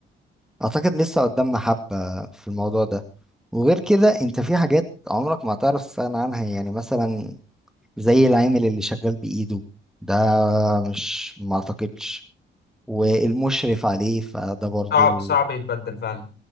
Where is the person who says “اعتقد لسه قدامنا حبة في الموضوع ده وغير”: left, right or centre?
Centre